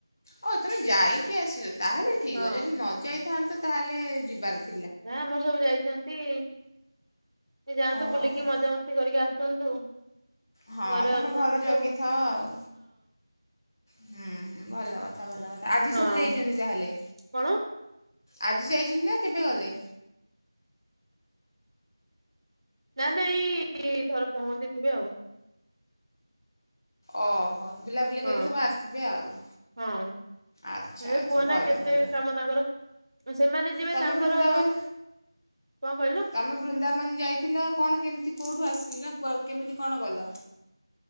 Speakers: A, on the left; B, on the right.
A: ହଉ ତମେ ଯାଇକି ଆସଛ ତାହେଲେ ଠିକ୍
B: ହଁ
A: ଅ ଯଦି ନ ଯାଇଥାନ୍ତ ତାହେଲେ ଯିବାର ଥି
B: ନା ଆମର ସବୁ ଯାଇଛନ୍ତି ସେ ଯାଆନ୍ତୁ
A: ଓହୋ।
B: ବୁଲିକି ମଜା ମସ୍ ସ୍ତି କରିକି ଆସନ୍ତୁ।
A: ହଁ
B: ଘରେ
A: ତମେ
B: ଅଛନ୍ତି
A: ଘର ଜଗିଥାଅ
B: ତ ଆଉ
A: ଆଉ। ହୁଁ ହୁଁ ଭଲ କଥା ଭଲ କଥା ଆଜି
B: ହଁ ହଁ
A: ସବୁ ଯାଇଛନ୍ତି ତାହେଲେ।
B: କଣ
A: ଆଜି ଯାଇଛନ୍ତି ନା କେବେ ଗଲେ?
B: ନା ନାଇ ଏଇ ଥର ପହଞ୍ଚିଥିବେ ଆଉ
A: ଓହୋ ବୁଲା ବୁଲି
B: ହଁ
A: କରି ସବୁ ଆସିବେ ଆଉ
B: ହଁ
A: ଆଚ୍ଛା
B: ଏ
A: ଆଚ୍ଛା
B: କୁହ
A: ଭଲ
B: ନା କେତେ
A: ଭଲ।
B: କାମ ତାଙ୍କର? ସେମାନେ ଯିବେ
A: ତମେ
B: ତାଙ୍କର
A: ବୃନ୍ଦାବନ
B: କଣ କହିଲ?
A: ତମେ ବୃନ୍ଦାବନ ଯାଇ ଥିଲ କଣ କେମିତି କେଉଁଠୁ ଆସିଲି କେମିତି କଣ ଗଲ?